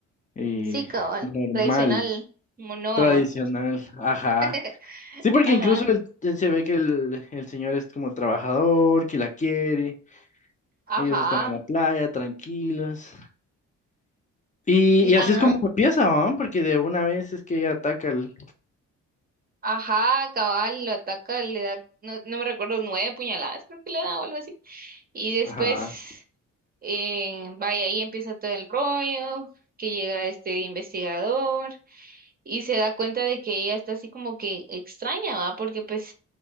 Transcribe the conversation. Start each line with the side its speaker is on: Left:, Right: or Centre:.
Left: eh,
Right: Sí, cabal,
Left: normal,
Right: tradicional, monógama.
Left: tradicional. Ajá.
Right: <laughs>
Left: Sí, porque
Right: Ajá,
Left: incluso el- el- se ve que el, el señor es como trabajador, que la quiere,
Right: ajá,
Left: ellos están en la playa, tranquilos. Y,
Right: sí,
Left: y así
Right: ah,
Left: es como empieza, ¿no? Porque de una vez es que ella ataca al...
Right: ajá, cabal, lo ataca, le da, no, no me recuerdo, nueve puñaladas, creo que le da o algo así. Y después
Left: Ajá.
Right: Eh, vaya, ahí empieza todo el rollo, que llega este investigador y se da cuenta de que ella está así como que extraña, ¿va? Porque pues